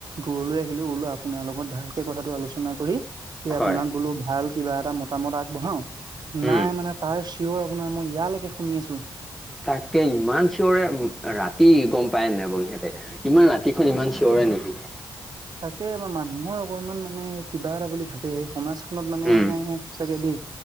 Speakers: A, on the right (about 50°); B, in the centre.
A: দূৰলৈ আহিলোঁ বোলো আপোনাৰ লগত ভালকে কথাটো আলোচনা কৰি এই আপোনাক
B: হয়
A: বোলো ভাল কিবা এটা মতামত আগবঢ়াও,
B: উম
A: নাই মানে তাৰ চিঞৰ আপোনাৰ মই ইয়ালেকে শুনি আছোঁ।
B: তাকে ইমান চিঞৰে ৰাতি গম পায় নে নাই বাৰু ইহতে? ইমান ৰাতিখন ইমান চিঞৰে নেকি?
A: তাকে বা মানুহৰ অকনমান মানে কিবা এটা বুলি থাকে, সেই সমাজখনত মানে
B: উম
A: সঁচাকে দেই